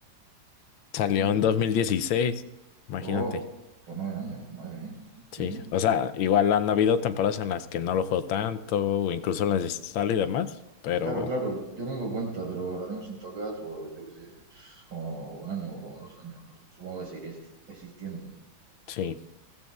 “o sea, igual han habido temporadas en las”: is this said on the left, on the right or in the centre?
Left